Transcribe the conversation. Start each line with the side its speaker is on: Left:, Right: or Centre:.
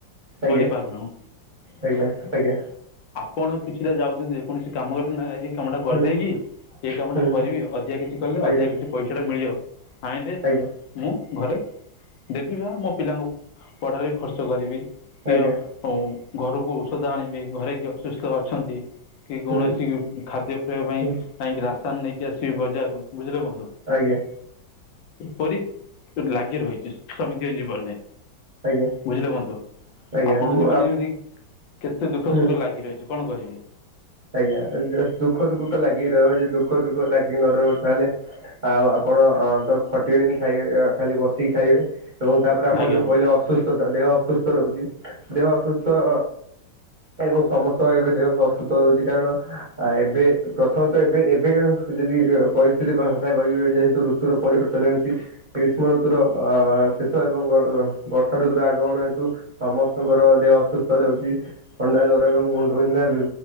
Left: କରିପାରୁନାହୁଁ
Right: ଆଜ୍ଞା ଆଜ୍ଞା ଆଜ୍ଞା।
Left: କଣ କିଛିଟା ଯାଉଛନ୍ତି। କୌଣସି କାମ କରୁଥିନୀ ନା ଆଜି କାମଟା କରିଦେଇକି
Right: ହୁଁ
Left: ଏଇ କାମଟା
Right: ହୁଁ
Left: କରିବି ଅଧିକା କିଛି କଲେ
Right: ଆଜ୍ଞା
Left: ଅଧିକା କିଛି। ପଇସାଟା ମିଳିବ ଚାହିଁଲେ।
Right: ଆଜ୍ଞା
Left: ମୁଁ ଘରେ ଦେବି ବା ମୋ ପିଲାଙ୍କ ପଢାରେ ଖର୍ଚ୍ଚ କରିବି କି
Right: ଆଜ୍ଞା
Left: ଅ। ଅଉଁ ଘରକୁ ଔଷଧ ଆଣିବି ଘରେ କିଏ ଅସୁସ୍ଥ ଅଛନ୍ତି। କି କୌଣସି
Right: ହୁଁ
Left: ଖାଦ୍ୟ ପେୟ ପାଇଁ
Right: ହୁଁ
Left: ଯାଇଁକି ରାସନ ନେଇକି ଆସିବି ବଜାରରୁୁ ବୁଝିଲେ ବନ୍ଧୁ।
Right: ଆଜ୍ଞା।
Left: ଏପରି ଲାଗି ରହିଛି ସମସ୍ତିଙ୍କ ଜୀବନରେ।
Right: ଆଜ୍ଞା
Left: ବୁଝିିଲେ ବନ୍ଧୁ
Right: ଆଜ୍ଞା
Left: ଆପଣ
Right: ମୁଁ
Left: ଜୀବନ ଏମିତି କେତେ ଦୁଃଖ
Right: ହୁଁ
Left: ସୁଖ ଲାଗି ରହି ଚି କଣ କହିବେ?
Right: ଆଜ୍ଞା ଦ ଦୁଃଖ ସୁଖ ତ ଲାଗିିକି ରହିବ ଯଦି ଦୁଃଖ ସୁଖ ଲାଗିକି ନ ରହିବ ତାହେଲେ। ଆଉ ଆପଣ ତ ଖଟିବେନି ଖାଇବେ ଅ ଖାଲି ବସିକି ଖାଇବେ। ଏବଂ ତାପରେ ଆପଣ
Left: ଆଜ୍ଞା
Right: ଯୋଉ
Left: ବନ୍ଧୁ
Right: କହିଲେ ଅସୁସ୍ଥତା ଦେହ ଅସୁସ୍ଥ ରହୁଛି ଦେହ ଅସୁସ୍ଥ। ଏବଂ ସମସ୍ତଙ୍କ ଏବେ ଦେହ ଅସୁସ୍ଥ ରହୁଛି କାରଣ ଆ ଏବେ। ପ୍ରଥମତଃ ଏବେ ଏବେ କା ଯଦି ପରିସ୍ଥିତି କଥା କହିବି ଏବେ ଯେହେତୁ ଋତୁର ପରିବର୍ତ୍ତନ ହେଉଛି। ଗ୍ରୀଷ୍ମ ଋତୁର ଅ ଶେଷ ଏବଂ ଅ ବର୍ଷା ଋତୁର ଆଗମନ ହେତୁ। ସମସ୍ତଙ୍କର ଦେହ ଅସୁସ୍ଥ ରହୁଛି ଥଣ୍ଡା, ଜ୍ଵର ଏବଂ ମୁଣ୍ଡ ବିିନ୍ଧା ବି।